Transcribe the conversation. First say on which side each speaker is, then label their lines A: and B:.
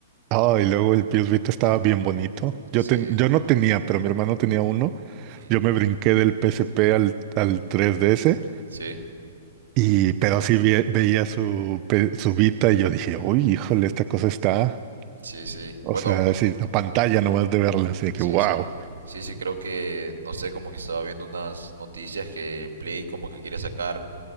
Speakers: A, on the right; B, on the right.
A: Ah, y luego el PS Vita estaba bien bonito.
B: sí,
A: Yo, ten- yo no tenía, pero mi hermano tenía uno.
B: ujú,
A: Yo me brinqué del PSP al, al 3DS,
B: Sí,
A: y, pero sí vi- veía su, pe- su Vita y yo dije, uy, híjole, esta cosa está.
B: sí, sí,
A: O
B: bueno,
A: sea, así, la pantalla nomás de verla, así de
B: sí,
A: que wow.
B: sí. Sí, sí, creo que, no sé, como que estaba viendo unas noticias que Play como que quiere sacar